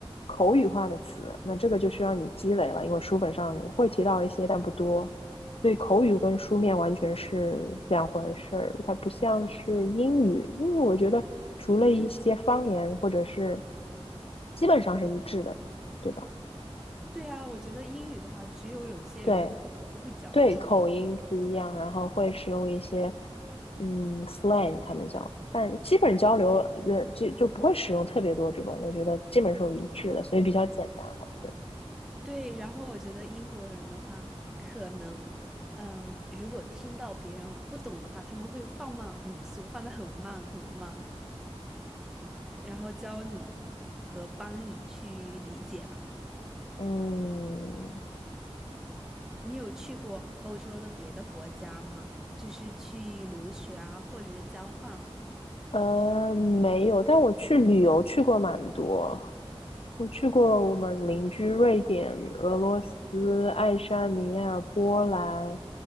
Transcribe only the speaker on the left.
口语化的词，那这个就需要你积累了，因为书本上会提到一些，但不多，所以口语跟书面完全是两回事儿，它不像是英语，因为我觉得除了一些方言或者是基本上是一致的，对吧？
对，对，口音不一样，然后会使用一些嗯 slang，他们叫，但基本交流的就就不会使用特别多这种，我觉得基本是一致的，所以比较简单，还是
嗯
呃没有，但我去旅游去过蛮多，我去过我们邻居瑞典、俄罗斯、爱沙尼亚、波兰，